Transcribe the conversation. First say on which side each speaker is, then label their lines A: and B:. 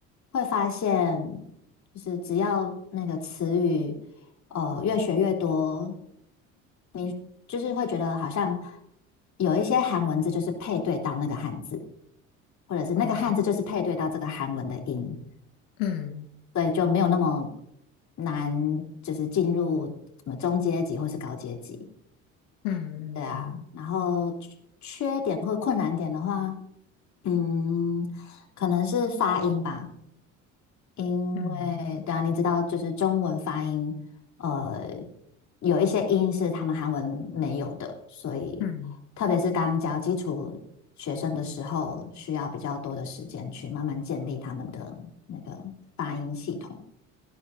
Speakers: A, on the left; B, on the left.
A: 会发现就是只要那个词语。呃越学越多，你就是会觉得好像有一些韩文字就是配对到那个汉字，或者是那个汉字就是配对到这个韩文的音，
B: 哦，嗯
A: 所以就没有那么难，就是进入什么中阶级或是高阶级。
B: 嗯嗯嗯
A: 对啊，然后缺缺点或困难点的话，嗯，可能是发音吧。因为对啊，
B: 嗯
A: 你知道，就是中文发音，呃，有一些音是他们韩文没有的，所以特别是刚教基础学生的时候，
B: 嗯。
A: 需要比较多的时间去慢慢建立他们的那个发音系统。